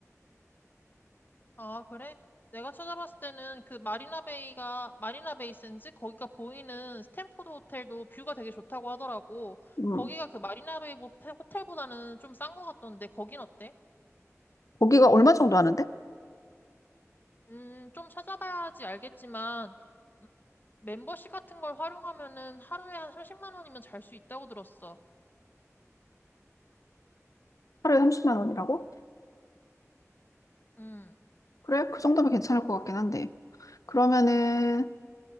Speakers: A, on the left; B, on the left.
A: 아, 그래? 내가 찾아봤을 때는 그 마리나 베이가, 마리나 베이 센지 거기가 보이는 스탠포드 호텔도 뷰가 되게 좋다고 하더라고.
B: 응.
A: 거기가 그 마리나 베이 호텔- 호텔보다는 좀 싼 것 같던데, 거긴 어때?
B: 거기가 얼마 정도 하는데?
A: 음, 좀 찾아봐야지 알겠지만, 음, 멤버십 같은 걸 활용하면은 하루에 한 30만 원이면 잘 수 있다고 들었어.
B: 하루에 30만 원이라고?
A: 음.
B: 그래? 그 정도면 괜찮을 것 같긴 한데. 그러면은,